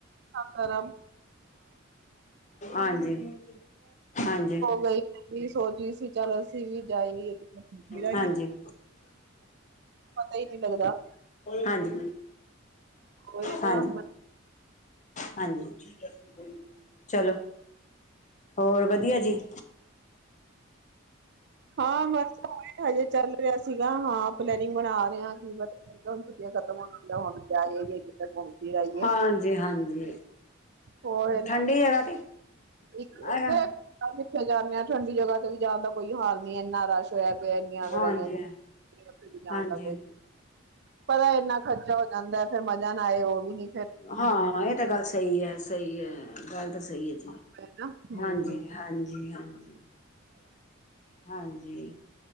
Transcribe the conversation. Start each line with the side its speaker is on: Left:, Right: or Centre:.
Right: ਕਰ ਹਾਂ
Left: ਹਾਂਜੀ। ਹਾਂਜੀ,
Right: ਗਈ। ਵੀਹ ਸੌ ਚੀ ਸੀ। <unintelligible> ਚੱਲ ਅਸੀਂ ਵੀ ਜਾਏ ਪਤਾ
Left: ਹਾਂਜੀ,
Right: ਹੀ ਨਹੀਂ ਲੱਗਦਾ।
Left: ਹਾਂਜੀ
Right: ਕੋਈ
Left: ਹਾਂਜੀ
Right: ਨਾ
Left: ਹਾਂਜੀ। ਹੋ। <inaudible> ਚਲੋ ਹੋਰ ਵਧੀਆ ਜੀ।
Right: ਹਾਂ ਬਸ ਆ ਹਜੇ ਚੱਲ। <unintelligible> ਰਿਹਾ ਸੀ। ਹਾਂ, ਪਲੈਨਿੰਗ ਬਣਾ ਰਹੇ ਆਂ, ਛੁੱਟੀਆਂ ਖਤਮ ਹੋਣ ਤੇ ਆਂਈਆਂ ਹੁਣ ਜਾ ਕੇ ਕਿਥੇ ਘੁੰਮ ਕੇ ਆਇਏ,
Left: ਹਾਂਜੀ, ਹਾਂਜੀ,
Right: ਔ ਹੀ
Left: ਠੰਡੀ
Right: ਨਾ
Left: ਜਗ੍ਹਾ ਤੇ
Right: ਇੱਕ
Left: ਹੈਗਾ,
Right: ਦੇ। ਉੱਥੇ ਜਾਂਦੇ ਹਾਂ ਠੰਡੀ ਜਗ੍ਹਾ ਤੇ ਵੀ ਜਾਣ ਕੋਈ ਹਾਲ ਨਹੀਂ, ਇੰਨਾ ਰਸ਼ ਹੋਇਆ। ਇੰਨੀਆਂ ਲੜਾਈਆਂ
Left: ਹਾਂਜੀ।
Right: ਉਥੇ ਵੀ ਜਾਣ
Left: ਹਾਂਜੀ,
Right: ਦਾ ਕੋਈ, ਪਤਾ ਐ, ਇੰਨਾ ਖਰਚਾ ਹੋ ਜਾਂਦਾ। ਫੇਰ ਮਜ਼ਾ ਨਾ ਆਏ ਔ ਵੀ ਨ
Left: ਹਾਂ ਇਹ ਤੇ ਗੱਲ ਸਹੀ ਹੈ, ਸਹੀ ਹੈ ਗੱਲ ਤਾਂ ਸਹੀ ਹੈ ਜੀ,
Right: ਨਾ ਹੂੰ
Left: ਹਾਂਜੀ ਹਾਂਜੀ ਹਾਂਜੀ ਹਾਂਜੀ।